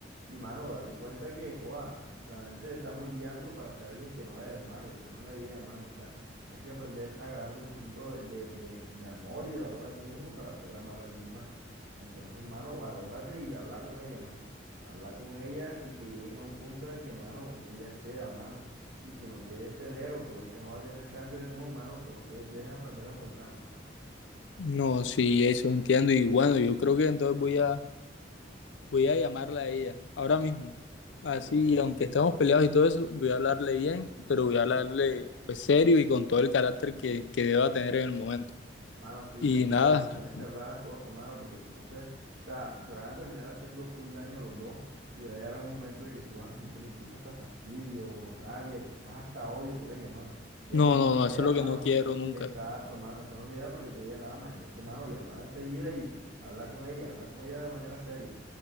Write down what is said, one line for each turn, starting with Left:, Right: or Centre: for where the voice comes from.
Right: Y mano, date cuenta que, joa, realmente te estás moldeando para ser alguien que no eres, mano, y esa no es la idea, mano, o sea, tienes que aprender a agarrarte un poquito de, de, de- de amor y de valor a ti mismo para poder amar a alguien más. Entonces, mano, valórate y habla con ella, mano. Habla con ella y que lleguen a un punto en el que, mano, ella ceda, mano. Y si no quieres ceder o tú ves que no va a tener cambio alguno, mano, creo que debes aprender a soltar, mano.
Left: No, sí, eso entiendo y bueno, yo creo que entonces voy a voy a llamarla a ella ahora mismo. Así,
Right: Mm.
Left: aunque estemos peleados y todo eso, voy a hablarle bien, pero voy a hablarle pues serio y con todo el carácter que, que deba tener en el momento.
Right: Mano, sí,
Left: Y
Right: tienes
Left: nada,
Right: que hablar, tienes que hablar las cosas, mano, porque si no se, o sea, te van a terminar haciendo full daño los dos y va a llegar un momento en el que tú vas a sentir incluso hasta fastidio, rabia, quizás hasta odio por ella, mano. Y
Left: no,
Right: esa no
Left: no,
Right: es la idea,
Left: no, eso es lo
Right: mano,
Left: que no
Right: porque,
Left: quiero nunca.
Right: exacto, mano, esa no es la idea porque tú a ella la amas. Entonces, mano, llámala enseguida y habla con ella, habla con ella de manera seria.